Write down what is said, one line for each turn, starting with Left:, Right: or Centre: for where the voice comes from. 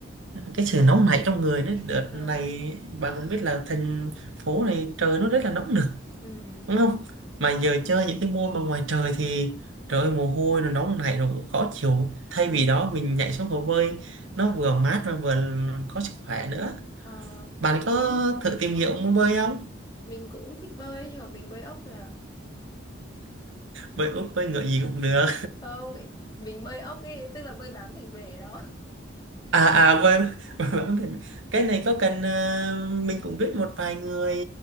Right: cái sự nóng nảy trong người đấy đợt
Left: ờ
Right: này bạn cũng biết là thành phố này trời nó rất là nóng nực
Left: ừ
Right: đúng
Left: ừ
Right: không mà
Left: ừ
Right: giờ chơi những cái môn mà ngoài trời thì trời ơi, mồ hôi nó nóng nảy rồi cũng khó chịu thay
Left: ừ
Right: vì đó mình nhảy xuống hồ bơi nó vừa mát và vừa có sức khỏe nữa
Left: Ờ,
Right: bạn
Left: mình
Right: có
Left: cũng
Right: thử tìm hiểu môn bơi không
Left: mình cũng thích bơi nhưng mà mình bơi ốc thôi à
Right: bơi úp bơi ngựa gì cũng được
Left: không mình bơi ốc ấy tức là bơi bám thành bể đó
Right: à à quên <laughs> Quên mất. tên. <laughs> cái này có cần à, mình cũng biết một vài người